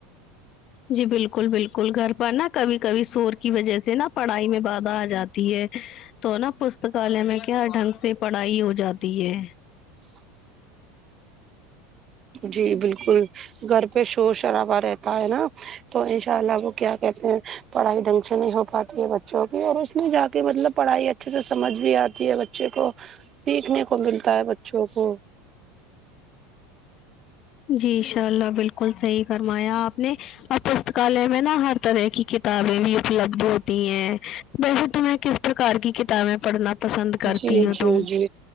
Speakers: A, on the left; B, on the right.
A: جی بالکل بالکل گھر پر نا کبھی کبھی شور کی وجہ سے نا پڑھائی میں بادھا آ جاتی تو نا پستکالے میں کیا ڈھنگ سے پڑھائی ہو جاتی ہے
B: ا جی بالکل گھر پے شور شرابہ رہتا ہے نا تو ان شاء اللہ وہ کیا کہتے ہیں پڑھائی ڈھنگ سے نہیں ہو پاتی ہے بچوں کی اور اس میں جا کے مطلب پڑھائی اچ اچھے سے سمجھ بھی آتی ہے بچے کو سیکھنے کو ملتا ہے بچوں کو
A: جی ان شاء اللہ بالکل صحیح فرمایا آپ نے اور پستکالے میں نا ہر طرح کی کتابیں بھی اپلبدھ ہوتی ہیں ویسے تمہیں کس پرکار کی کتابیں پڑھنا پسند کرتی
B: جی
A: ہو
B: جی
A: تم
B: جی